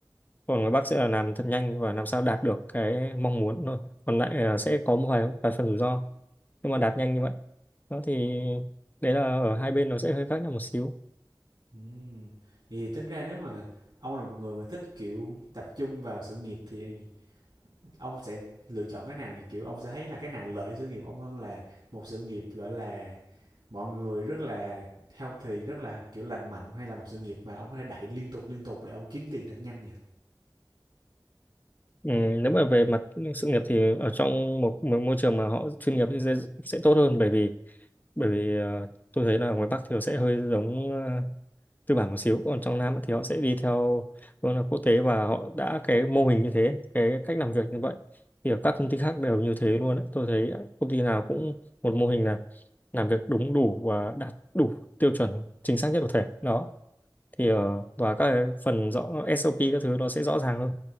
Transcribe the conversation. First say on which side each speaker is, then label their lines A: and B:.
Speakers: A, on the left (about 20°); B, on the right (about 70°).
A: còn các bác sẽ là làm thật nhanh và làm sao đạt được cái mong muốn thôi còn lại là sẽ có một vài, vài phần rủi ro nhưng mà đạt nhanh như vậy đó thì đấy là ở hai bên nó sẽ hơi khác nhau một xíu
B: ừm. thì tính ra nếu mà ông là một người mà thích kiểu tập trung vào sự nghiệp thì ông sẽ lựa chọn cái nào nhỉ kiểu ông sẽ thấy là cái nào lợi sự nghiệp ông hơn là một sự nghiệp gọi là mọi người rất là healthy rất là kiểu lành mạnh hay là một sự nghiệp mà ông có thể đẩy liên tục liên tục để ông kiếm tiền thật nhanh nhỉ
A: ừ, nếu mà về mặt sự nghiệp thì ở trong một, một môi trường mà họ chuyên nghiệp thì sẽ, sẽ tốt hơn bởi vì bởi vì ờ, tôi thấy là ngoài Bắc thì nó sẽ hơi giống ờ, tư bản một xíu còn trong Nam thì họ sẽ đi theo vâng là quốc tế và họ đã cái mô hình như thế cái cách làm việc như vậy thì ở các công ty khác đều như thế luôn ấy. Tôi thấy công ty nào cũng một mô hình là làm việc đúng đủ và đạt đủ tiêu chuẩn chính xác nhất có thể đó thì ờ, và các cái phần rõ SOP các thứ nó sẽ rõ ràng hơn